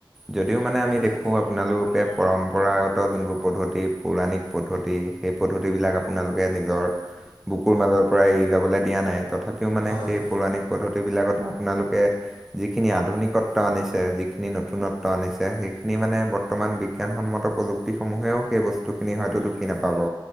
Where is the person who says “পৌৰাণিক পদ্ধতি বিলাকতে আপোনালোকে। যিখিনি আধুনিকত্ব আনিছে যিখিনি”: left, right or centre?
Centre